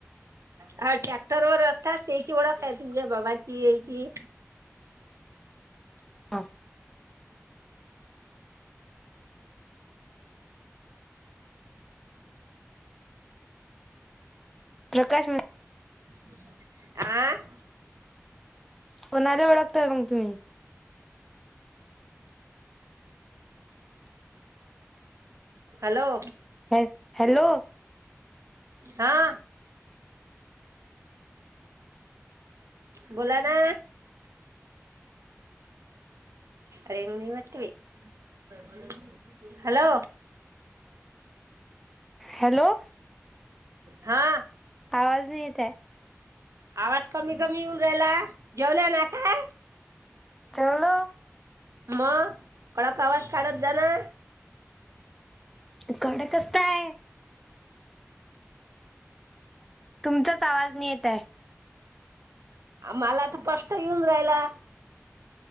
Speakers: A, on the right (about 75°); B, in the centre.
A: ह ट्रॅक्टर वर असतात त्याची ओळख आहे तुमच्या बाबाची याची.
B: हां. प्रकाश.
A: <unintelligible> आ.
B: कोणाला ओळखतय मग तुम्ही?
A: हॅलो!
B: ह हॅलो! !
A: हा. बोला ना? अरे मी घातल बाई. हॅलो.
B: हॅलो.
A: हा.
B: आवाज नाही येत आहे.
A: आवाज कमी कमी येऊन राहिला. जेवला ना का?
B: जेवलो.
A: मग कवा कवा आवाज काढत जाना.
B: हिकडं कसं काय. तुमचाच आवाज नाही येत आहे.
A: मला तर स्पष्ट येऊन राहिला.